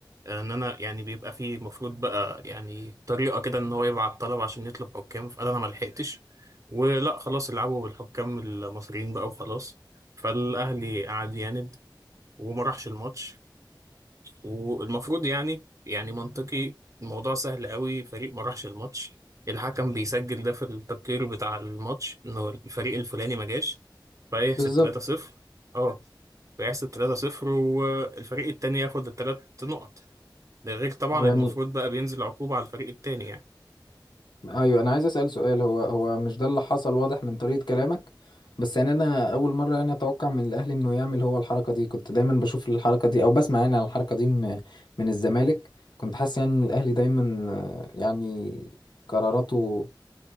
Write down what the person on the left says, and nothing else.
بالظبط
يعني
ايوه انا عايز اسال سؤال هو هو مش ده اللي حصل واضح من طريقه كلامك بس يعني انا اول مره يعني اتوقع من الاهلي انه يعمل هو الحركه دي كنت دايما بشوف الحركه دي او بسمع يعني عن الحركه دي من من الزمالك كنت حاسس يعني ان الاهلي دايما آه، يعني قراراته